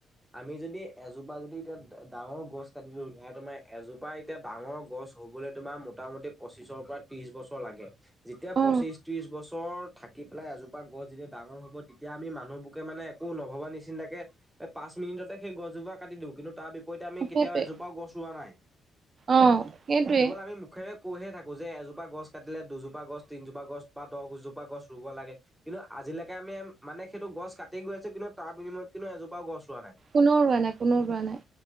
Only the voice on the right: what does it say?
অ
সেইটোৱে
অ সেইটোৱে
কোনো ৰোৱা নাই কোনো ৰোৱা নাই।